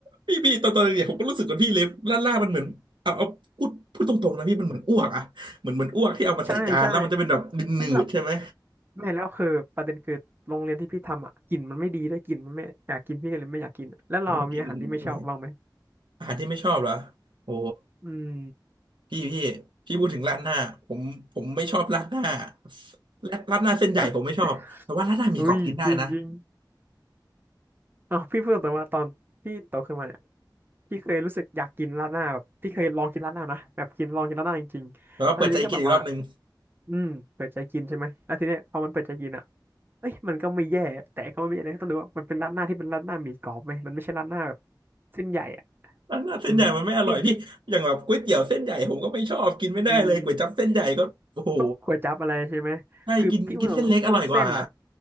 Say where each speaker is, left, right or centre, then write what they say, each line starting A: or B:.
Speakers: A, on the right; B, on the right.
A: พี่พี่ตอนตอนเด็กๆผมก็รู้สึกกับพี่เลยล่าล่ามันเหมือนเอาเอาพูดพูดตรงๆนะพี่มันเหมือนอ้วกอะเหมือนเหมือนอ้วกที่เอามาใส่จานแล้วมันจะเป็นแบบดินหนืดๆใช่ไหม
B: ใช่ใช่สำหรับแม่แล้วคือประเด็นคือโรงเรียนที่พี่ทำอ่ะกลิ่นมันไม่ดีด้วยกลิ่นมันไม่อยากกินพี่ก็เลยไม่อยากกินแล้วเรามีอาหารที่ไม่ชอบบ้างไหม
A: โอ้กินอะไรอาหารที่ไม่ชอบเหรอโอ้
B: อืม
A: พี่พี่พี่พูดถึงราดหน้าผมผมไม่ชอบราดหน้าและราดหน้าเส้นใหญ่ผมไม่ชอบแต่ว่าราดหน้าหมีกรอบกินได้นะ
B: <laughs> อุ้ยจริงจริงอ๋อพี่พูดแต่ว่าตอนพี่โตขึ้นมาเนี่ยพี่เคยรู้สึกอยากกินราดหน้าแบบพี่เคยลองกินราดหน้านะแบบกินลองกินราดหน้าจริงๆแล้วทีนี้ก็แบบว่า
A: แต่ว่าเปิดใจกินอีกรอบหนึ่ง
B: อืมเปิดใจกินใช่ไหมแล้วทีเนี้ยพอมันเปิดใจกินอ่ะเอ้ยมันก็ไม่แย่แต่ก็ไม่แย่นะต้องดูว่ามันเป็นราดหน้าที่เป็นราดหน้าหมี่กรอบไหมมันไม่ใช่ราดหน้าแบบเส้นใหญ่
A: ราดหน้าเส้นใหญ่มันไม่อร่อยพี่อย่างแบบก๋วยเตี๋ยวเส้นใหญ่ผมก็ไม่ชอบกินไม่ได้เลยก๋วยจั๊บเส้นใหญ่ก็โอ้โห
B: อืมพี่พี่อืมพวกก๋วยจั๊บอะไรใช่ไหมคือพี่พูดตรงๆพวกเส้นอ่ะ
A: ใช่กินกินเส้นเล็กอร่อยกว่า